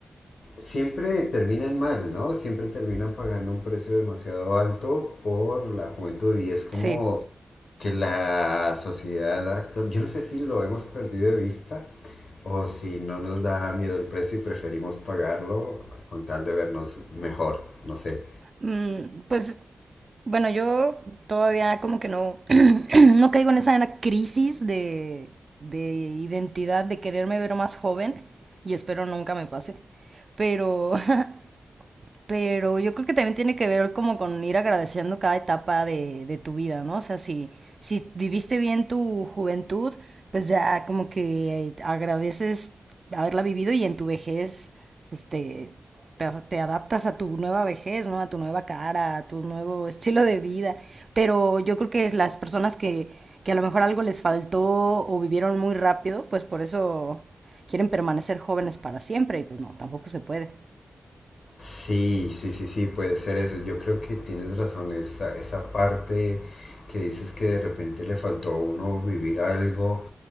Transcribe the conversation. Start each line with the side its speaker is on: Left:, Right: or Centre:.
Left: Siempre terminan mal, ¿no? Siempre terminan pagando un precio demasiado alto por la juventud y es como
Right: sí.
Left: que la sociedad actual, yo no sé si lo hemos perdido de vista, o si no nos da miedo el precio y preferimos pagarlo con tal de vernos mejor, no sé.
Right: Mm, pues bueno, yo todavía como que no, <clears throat> no caigo en esa en la crisis de, de identidad, de quererme ver más joven y espero nunca me pase. Pero <laughs> Pero yo creo que también tiene que ver como con ir agradeciendo cada etapa de, de tu vida, ¿no? O sea, si, si viviste bien tu juventud, pues ya como que agradeces haberla vivido y en tu vejez, pues te, te, te adaptas a tu nueva vejez, ¿no? A tu nueva cara, a tu nuevo <laughs> estilo de vida. Pero yo creo que las personas que, que a lo mejor algo les faltó o vivieron muy rápido, pues por eso quieren permanecer jóvenes para siempre y pues no, tampoco se puede.
Left: Sí, sí, sí, sí, puede ser eso. Yo creo que tienes razón, esa, esa parte que dices que de repente le faltó a uno vivir algo.